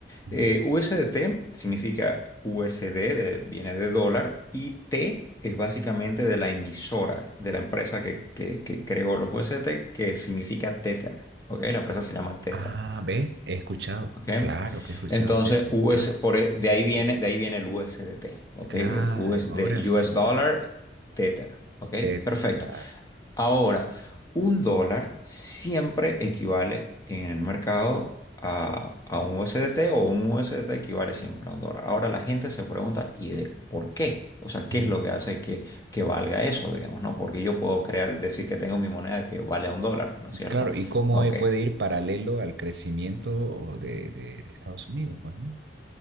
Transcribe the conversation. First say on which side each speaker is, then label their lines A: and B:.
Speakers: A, on the right; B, on the left.
A: Ujú.
B: Eh, USDT significa USD, de- viene de dólar, y T es básicamente de la emisora, de la empresa que, que- que creó los USDT, que significa Tether. ¿ok? La empresa se llama Tether.
A: Ah, ¿ves? He escuchado.
B: ¿ok?
A: Claro que he escuchado
B: Entonces,
A: Tether.
B: US,
A: Ah,
B: por, e- de
A: ujú.
B: ahí viene, de ahí viene el USDT, ¿ok?
A: claro,
B: De US,
A: ahora
B: de
A: sí.
B: US Dollar Tether, ¿ok?
A: Tether,
B: Perfecto.
A: claro.
B: Ahora, un dólar siempre equivale en el mercado a, a un USDT o un USDT equivale siempre a un dólar. Ahora la gente se pregunta, ¿y de por qué? O sea, ¿qué
A: Ujú.
B: es lo que hace que, que valga eso, digamos, ¿no? Porque yo puedo crear, decir que tengo mi moneda que vale a un dólar, ¿no es cierto?
A: Claro, ¿y cómo
B: Ok.
A: eh, puede ir paralelo al crecimiento de, de, de Estados Unidos? Pues, ¿no?